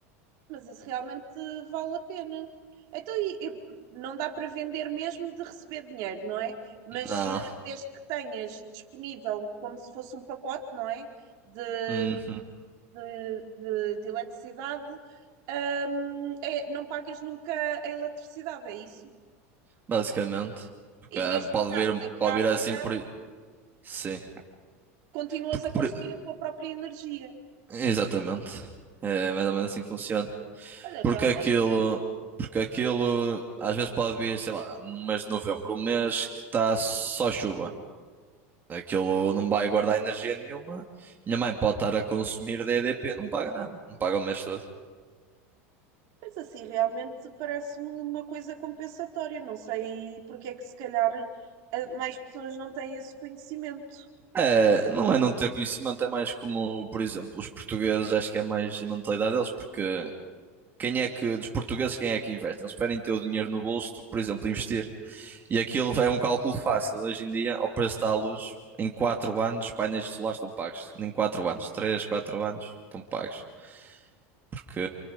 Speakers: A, on the right (about 60°); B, on the right (about 25°).
A: mas isso realmente vale a pena. Então, e- e não dá para vender mesmo de receber dinheiro, não é? Mas
B: Não,
A: eh, desde que tenhas disponível como se fosse um pacote, não é? De,
B: Uhum.
A: de, de, de eletricidade, hum, é- não pagas nunca a eletricidade, é isso?
B: Basicamente. Porque
A: E
B: ah,
A: nestes
B: pode
A: casos
B: vir,
A: em que
B: pode
A: há apagão,
B: vir assim por. i- Sim.
A: continuas
B: Porque
A: a consumir
B: por... i-
A: a tua própria energia.
B: Exatamente. É mais ou menos assim que funciona.
A: Olha, realmente.
B: Porque aquilo, porque aquilo às vezes pode vir, sei lá, no mês de novembro, um mês que está só chuva. Aquilo não vai guardar energia nenhuma. Minha mãe pode estar a consumir DDP, não paga nada, não paga o mês todo.
A: Pois assim, realmente parece-me uma coisa compensatória. Não sei porque é que se calhar eh, mais pessoas não têm esse conhecimento.
B: É, não é não ter conhecimento, é mais como, por exemplo, os portugueses, acho que é mais a mentalidade deles, porque quem é que, dos portugueses, quem é que investe? Eles preferem ter o dinheiro no bolso do que, por exemplo, investir. E aquilo é um cálculo fácil. Hoje em dia, ao preço da luz, em 4 anos, painéis solares estão pagos. Nem 4 anos, 3 4 anos estão pagos. Porque